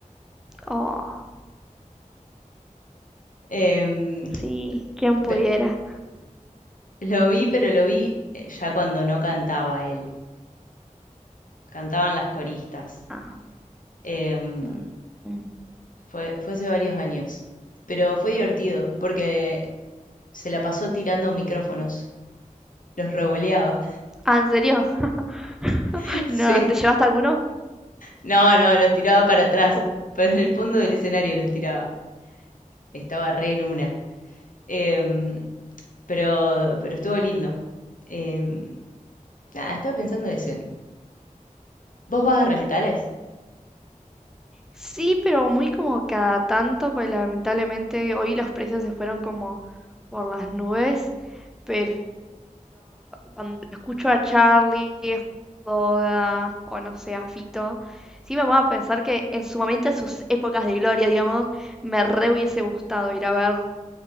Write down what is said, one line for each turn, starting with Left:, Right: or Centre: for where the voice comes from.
Centre: Oh,
Left: Em,
Centre: sí, quién pudiera.
Left: pe- lo vi, pero lo vi eh, ya cuando no cantaba él, cantaban las coristas.
Centre: Ah,
Left: Em,
Centre: mm, mm.
Left: fue, fue hace varios años, pero fue divertido porque se la pasó tirando micrófonos, los revoleaba.
Centre: Ah, ¿en serio?
Left: <laughs>
Centre: <laughs>
Left: Sí.
Centre: No, ¿te llevaste alguno?
Left: No, no, los tiraba para atrás,
Centre: Uh.
Left: para el fondo del escenario los tiraba. Estaba re en una. Em, pero, pero estuvo lindo. Em, nada, estaba pensando ese. ¿Vos vas
Centre: Mm.
Left: a recitales?
Centre: Sí, pero muy como cada tanto, pues lamentablemente hoy los precios se fueron como por las nubes, pero cuando escucho a Charlie, Joda o no sé, a Fito, sí me pongo a pensar que en su momento, en sus épocas de gloria, digamos, me re hubiese gustado ir a verlo.